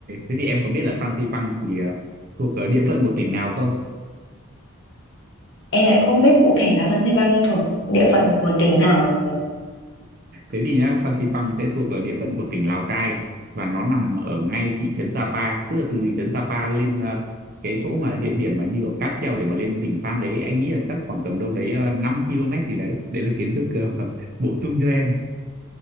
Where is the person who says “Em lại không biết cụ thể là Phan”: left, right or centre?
Left